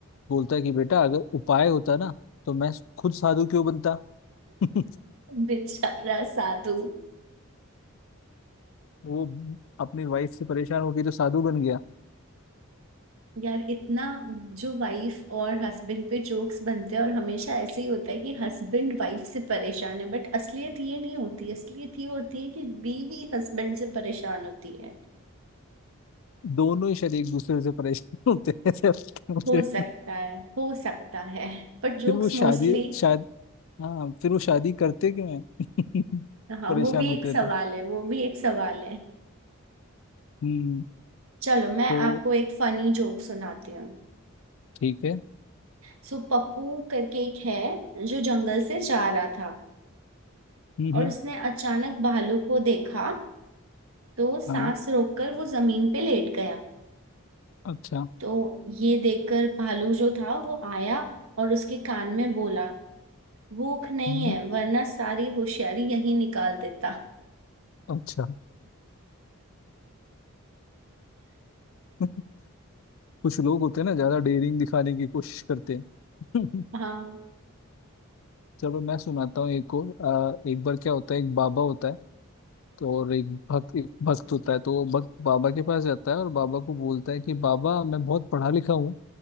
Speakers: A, on the left; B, on the right.
A: बोलता है कि बेटा अगर उपाय होता ना तो मैं खुद साधु क्यों बनता <laughs>
B: बेचारा साधु
A: वो अपनी वाइफ से परेशान होके जो साधु बन गया
B: यार इतना जो वाइफ और हस्बैंड पे जोक्स बनते हैं और हमेशा ऐसे ही होता है कि हस्बैंड वाइफ से परेशान है बट असलियत ये नहीं होती असलियत ये होती है कि बीवी हस्बैंड से परेशान होती है
A: दोनों ही शायद एक दूसरे से परेशान <laughs> होते हैं ऐसे लगता है मुझे।
B: हो सकता है हो सकता है पर जोक्स
A: फिर वो शादी
B: मोस्टली
A: शाद हाँ फिर वो शादी करते क्यों है <laughs>
B: हाँ
A: परेशान
B: वो भी
A: होते
B: एक सवाल
A: हैं तो
B: है वो भी एक सवाल है
A: हम्म
B: चलो मैं
A: तो
B: आपको एक फनी जोक सुनाती हूँ
A: ठीक है
B: सो पप्पू करके एक है जो जंगल से जा रहा था
A: हम्म
B: और
A: हम्म,
B: उसने अचानक भालू को देखा तो सांस
A: हाँ
B: रोककर वो जमीन पे लेट गया
A: अच्छा
B: तो ये देखकर भालू जो था वो आया और उसके कान में बोला भूख नहीं
A: हम्म
B: है वरना सारी होशियारी यही निकाल देता
A: अच्छा <laughs> कुछ लोग होते हैं ना ज्यादा डेयरिंग दिखाने की कोशिश करते हैं <laughs>
B: हाँ
A: चलो मैं सुनाता हूँ एक को अ, एक बार क्या होता है एक बाबा होता है तो और एक भक्त एक भक्त होता है तो वो भक्त बाबा के पास जाता है और बाबा को बोलता है कि बाबा मैं बहुत पढ़ा लिखा हूँ